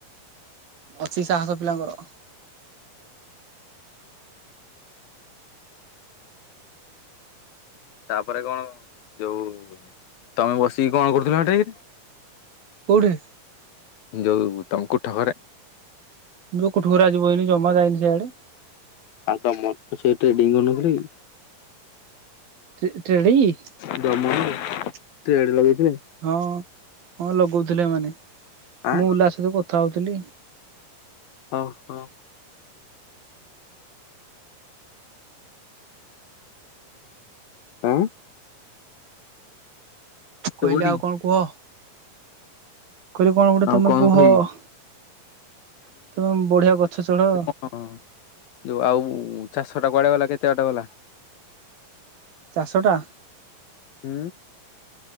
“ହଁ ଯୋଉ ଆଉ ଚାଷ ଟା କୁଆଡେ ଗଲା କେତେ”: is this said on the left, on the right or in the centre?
Left